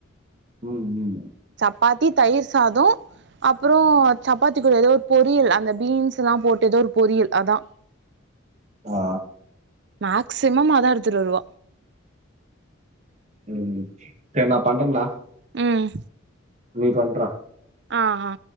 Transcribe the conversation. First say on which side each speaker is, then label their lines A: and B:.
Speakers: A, on the right; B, on the right.
A: ம், ம்.
B: சப் பாதி தயிர் சாதோ அப்றோ சப்பாத்திக்கூட ஏதோ பொறியல் அந்த பீன்ஸ்ல்லா போட்டுட்டு ஒரு பொறியல் அதா
A: ஆ
B: மேக்சிமம் ஆதா எடுத்துடு வருவ
A: ம் செரி நா பண்றேடா
B: ம்
A: நீ பண்றா
B: ஆ ஆ